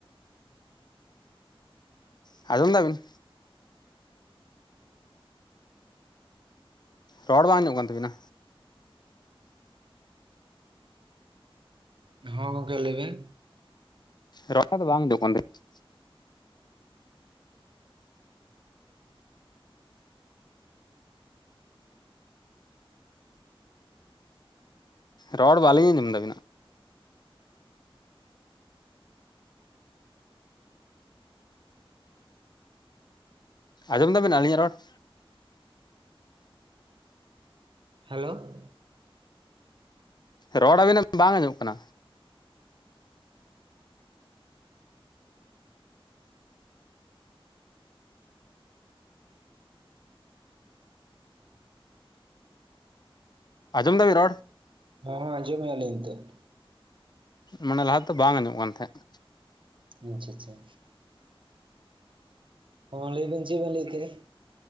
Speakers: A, on the left; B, on the right.
A: ᱟᱡᱚᱢ ᱮᱫᱟ ᱵᱤᱱ? ᱨᱚᱲ ᱵᱟᱝ ᱟᱸᱡᱚᱢᱚᱜ ᱠᱟᱱ ᱛᱟᱠᱤᱱᱟ᱾
B: ᱦᱚ ᱜᱚᱢᱠᱮ ᱞᱟᱹᱭ ᱵᱮᱱ᱾
A: ᱨᱚᱲ ᱫᱚ ᱵᱟᱝ ᱦᱤᱡᱩᱜ ᱠᱟᱱ ᱛᱟᱵᱤᱱ? ᱨᱚᱲ ᱵᱟᱞᱤᱧ ᱟᱸᱡᱚᱢ ᱫᱟ ᱟᱵᱤᱱᱟᱜ? ᱟᱸᱡᱚᱢ ᱫᱟᱵᱤᱱ ᱟᱹᱞᱤᱧᱟᱜ ᱨᱚᱲ?
B: ᱦᱮᱞᱳ᱾
A: ᱨᱚᱲ ᱟᱵᱤᱱᱟᱜ ᱵᱟᱝ ᱟᱸᱡᱚᱜ ᱠᱟᱱᱟ᱾ ᱟᱸᱡᱚᱢ ᱮᱫᱟ ᱵᱤᱱ ᱨᱚᱲ?
B: ᱦᱚᱸ ᱦᱚᱸ ᱟᱡᱚᱢ ᱮᱜ ᱟᱹᱞᱤᱧ ᱱᱤᱛᱚᱜ᱾
A: ᱢᱟᱱᱮ ᱞᱟᱦᱟ ᱛᱮ ᱵᱟᱝ ᱟᱡᱚᱢᱚᱜ ᱠᱟᱱ ᱛᱟᱦᱮᱸᱜ
B: ᱟᱪᱪᱷᱟ, ᱟᱪᱪᱷᱟ᱾ ᱦᱚᱸ ᱞᱮᱭᱵᱤᱱ ᱪᱮᱜ ᱵᱤᱱ ᱞᱮᱭᱮᱜ ᱛᱟᱦᱮᱸᱜ?